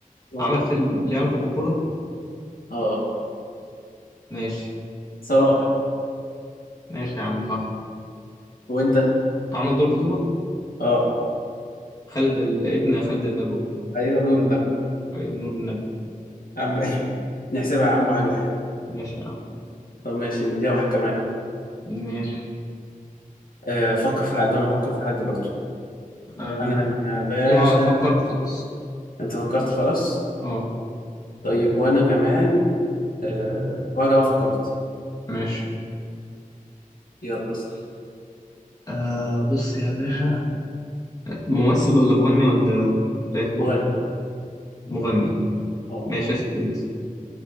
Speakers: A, on the left; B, on the left.
A: اه
B: عمل فيلم ليه علاقة بالكورة
A: اه
B: ماشي
A: صلاح
B: ماشي يا عم صح
A: وانت
B: عمل دور بطولة
A: اه
B: خالد الابن خالد النبوي
A: ايوه نور النبي
B: أي نور النبوي
A: عم <laughs> نحسبها يا عم واحد واحد
B: ماشي يا عم
A: طب ماشي نديها واحد كمان
B: ماشي
A: آه، فكر في حد وانا افكر في حد برضه
B: آه
A: انا يا باشا
B: يا فكرت خلاص
A: انت فكرت خلاص
B: اه
A: طيب وانا كمان أه... وانا كمان فكرت
B: ماشي
A: يلا بس
B: آه بص يا باشا ممثل ولا مغني ولا لاعب كورة
A: مغني
B: مغني
A: اه
B: ماشي اسأل انت